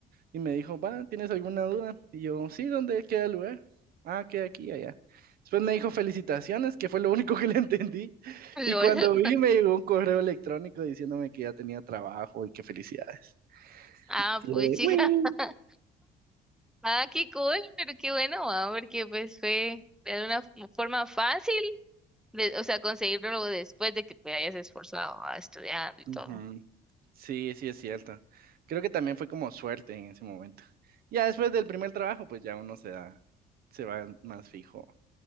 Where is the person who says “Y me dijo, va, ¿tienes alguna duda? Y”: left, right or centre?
Right